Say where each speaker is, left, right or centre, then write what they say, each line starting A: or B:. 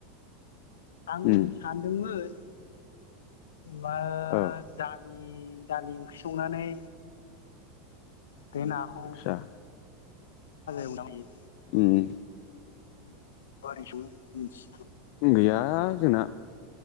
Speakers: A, on the left; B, on the left.
A: आं
B: उम
A: सानदोंमोन मा
B: औ
A: दान लि दालि ओंख्रि संनानै बे नाखौ
B: आदसा
A: <unintelligible> एवोना मायो
B: उम
A: बारै सङो मिन्स
B: गैया जोंना